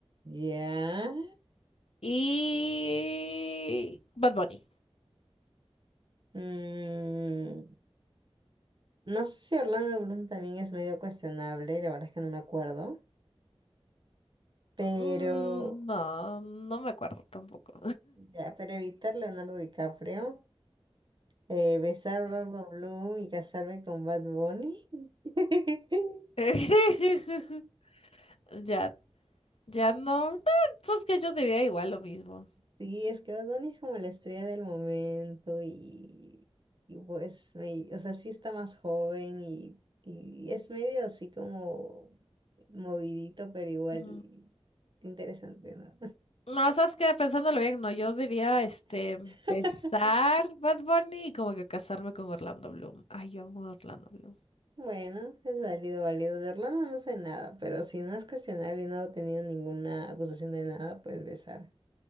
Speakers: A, on the right; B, on the left.
A: ya.
B: y Bad Bunny.
A: Mm, no sé si Orlando Bloom también es medio cuestionable, la verdad es que no me acuerdo. Pero,
B: Mm, No, no me acuerdo tampoco.
A: ya, pero evitar Leonardo DiCaprio, eh, besar a Orlando Bloom y casarme con Bad Bunny. <laughs>
B: <laughs> Ya, ya no. No, sabes que yo diría igual lo mismo.
A: Sí, es que Bad Bunny es como la estrella del momento y, y pues, me, o sea, sí está más joven y, y es medio así como movidito, pero igual
B: Ujú.
A: interesante, ¿no?
B: No, sabes que pensándolo bien, no, yo diría este empezar
A: <laughs>
B: Bad Bunny y como que casarme con Orlando Bloom. Ay, yo amo a Orlando Bloom.
A: Bueno, es válido, válido. De Orlando no sé nada, pero si no es cuestionable y no ha tenido ninguna acusación de nada, pues besar.